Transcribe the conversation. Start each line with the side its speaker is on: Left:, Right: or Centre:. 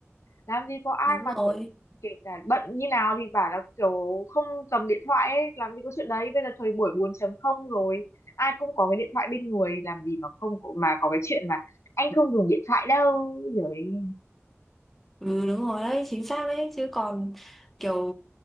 Left: làm gì có ai
Centre: Đúng
Left: mà
Centre: rồi.
Left: kiểu kể cả bận như nào thì bảo là kiểu không cầm điện thoại ấy làm gì có chuyện đấy bây giờ thời buổi bốn chấm không rồi ai cũng có cái điện thoại bên người làm gì mà không có- mà có cái chuyện mà anh không dùng điện thoại đâu rồi,
Centre: Ừ đúng rồi đấy, chính xác đấy chứ còn kiểu